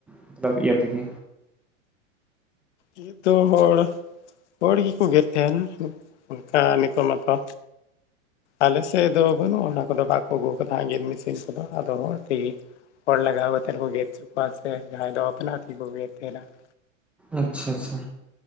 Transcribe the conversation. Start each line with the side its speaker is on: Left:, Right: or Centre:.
Centre: ᱢᱚᱛᱞᱚᱵ ᱤᱭᱟᱹ ᱛᱮᱜᱮ᱾
Left: <inaudible> ᱫᱚ ᱦᱚᱲ᱾ ᱦᱚᱲ ᱜᱤᱠᱚ ᱜᱮᱫ ᱛᱟᱦᱮᱱᱟ᱾ ᱚᱱᱠᱟ ᱱᱤᱛᱚᱜ ᱢᱟᱛᱚ ᱟᱞᱮᱥᱮᱫ ᱫᱚ ᱵᱟᱹᱱᱩᱜᱼᱟ ᱚᱱᱟ ᱠᱚᱫᱚ ᱵᱟᱠᱚ ᱟᱹᱜᱩ ᱠᱟᱫᱟ ᱜᱮᱫ ᱢᱮᱥᱤᱱ ᱠᱚᱫᱚ ᱟᱫᱚ ᱦᱚᱲ ᱛᱮᱜᱤ᱾ ᱦᱚᱲ ᱞᱟᱜᱟᱣ ᱠᱟᱛᱮᱜ ᱠᱚ ᱜᱮᱫ ᱚᱪᱚ ᱠᱚᱣᱟ ᱾ ᱥᱮ ᱡᱟᱦᱟᱸᱭ ᱫᱚ ᱟᱯᱱᱟ ᱟᱯᱱᱤ ᱠᱚ ᱜᱮᱫ ᱛᱟᱦᱮᱱᱟ ᱾
Centre: ᱟᱪᱪᱷᱟ ᱟᱪᱪᱷᱟ